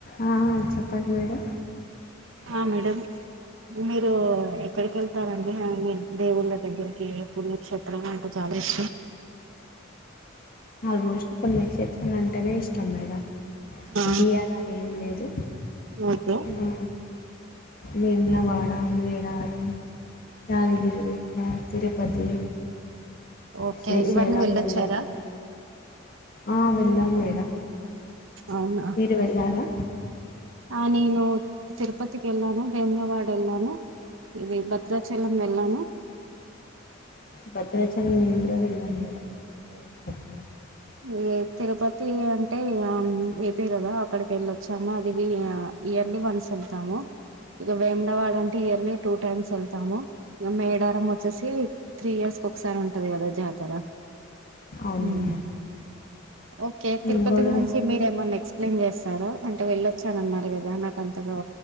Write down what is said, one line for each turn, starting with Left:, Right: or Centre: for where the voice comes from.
Left: ఆ చెప్పండి మేడం
Right: అ మేడం మీరు ఎక్కడికి వెళ్తారండి మీ దేవుళ్ళ దగ్గరికి పుణ్యక్షేత్రాలు అంటే చాలా ఇష్టం
Left: ఆల్మోస్ట్ ఇప్పుడు మీ చిత్రం అంటేనే ఇష్టం మేడం
Right: ఆ
Left: ఇదియాదని ఎంలే అ
Right: ఓకే
Left: ఉ వేములవాడ మేడారం చాలగిరుగు తిరుపతి
Right: ఓకే
Left: శ్రీశైలం
Right: ఇవన్నీ వెళ్ళొచ్చార
Left: వెళ్ళాలి ఆ వెళ్ళాం మేడం
Right: అవునా
Left: మీరు వెళ్ళారా
Right: అ నేను తిరుపతికి వెళ్ళాను భేములవాడ వెళ్ళాను ఇది భద్రాచలం వెళ్ళాను
Left: భద్రాచాలాం కూద వెళ్ళాను ఇ మచ్చ <unintelligible>
Right: ఇ తిరుపతి అంటే ఇగా అయితేయి కదా అక్కడికి వెళ్ళొచ్చాము అదివి ఇయర్లీ వన్స్ వెళ్తాము ఇక వేములవాడ అంటే ఇయర్లీ టూ టైమ్స్ వెళ్తాము మేడారం వచ్చేసి త్రీ ఇయర్స్ క ఒకసారి ఉంటది కదా జాతర
Left: అవును మేడం
Right: మ్ ఓకే
Left: మేము
Right: తిరుపతి
Left: కూడా
Right: గురించి మీరెమన్నా ఎక్స్ప్లెయిన్ చేస్తారా అంటే వెళ్ళొచ్చాన అన్నారు కదా నాకు అంతగా